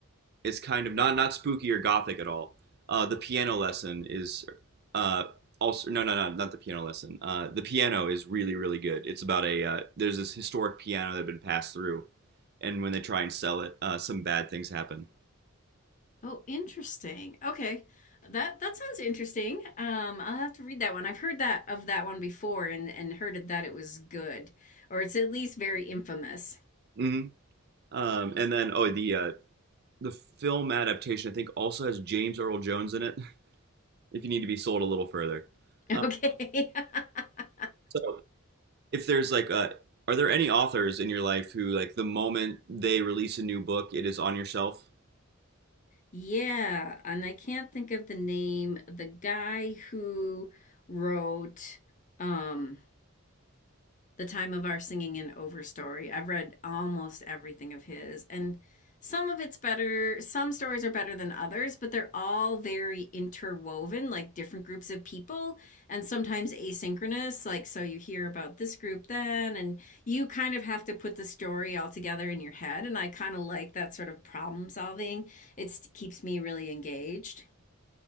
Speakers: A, on the right (about 50°); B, on the left (about 35°).
A: is kind of not not spooky or gothic at all. Uh, the piano lesson is uh, also no no no not the piano lesson. Uh, the piano is really really good. It's about a uh, there's this historic piano that had been passed through, and when they try and sell it, uh, some bad things happen.
B: Oh, interesting. Okay. That that sounds interesting. Um, I'll have to read that one. I've heard that of that one before and and heard it that it was good, or it's at least very infamous. <laughs>
A: hmm Um, and then oh the uh, the film adaptation I think also has James Earl Jones in it. <laughs> If you need to be sold a little further,
B: Okay.
A: uh,
B: <laughs>
A: so if there's like a are there any authors in your life who like the moment they release a new book it is on your shelf
B: Yeah, and I can't think of the name. The guy who wrote um The Time of Our Singing in Overstory. I've read almost everything of his, and some of it's better. Some stories are better than others, but they're all very interwoven, like different groups of people, and sometimes asynchronous. Like, so you hear about this group then, and you kind of have to put the story all together in your head. And I kind of like that sort of problem solving. It keeps me really engaged.